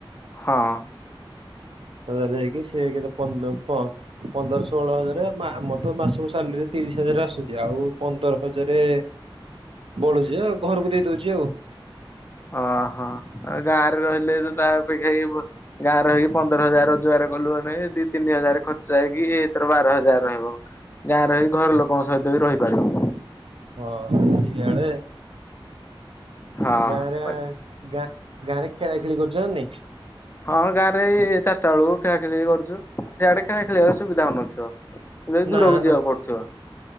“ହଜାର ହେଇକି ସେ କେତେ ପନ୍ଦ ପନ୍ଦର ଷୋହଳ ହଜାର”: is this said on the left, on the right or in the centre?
Right